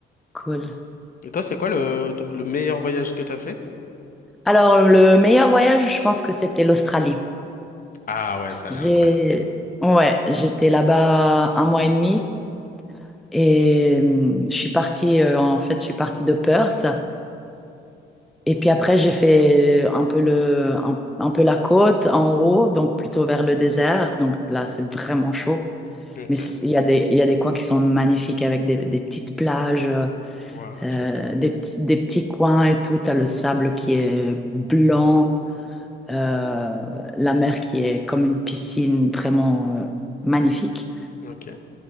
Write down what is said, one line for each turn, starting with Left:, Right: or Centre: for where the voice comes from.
Centre: cool.
Left: Et toi, c'est quoi le, ton- le meilleur voyage que t'as fait?
Centre: Alors, le meilleur voyage, je pense que c'était l'Australie.
Left: Ah ouais, ça a
Centre: J'ai...
Left: l'air incroyable.
Centre: Ouais, j'étais là-bas un mois et demi. Et hum, je suis partie, euh, en fait, je suis partie de Perth. Et puis après, j'ai fait un peu le, un, un peu la côte en haut, donc plutôt vers le désert. Donc là, c'est vraiment chaud.
Left: Ok.
Centre: Mais c- il y a des, il y a des coins qui sont magnifiques avec des, des petites plages,
Left: Wow,
Centre: euh,
Left: tu m'étonnes.
Centre: des, petits- des petits coins et tout. T'as le sable qui est blanc, euh, la mer qui est comme une piscine vraiment, euh, magnifique.
Left: Ok.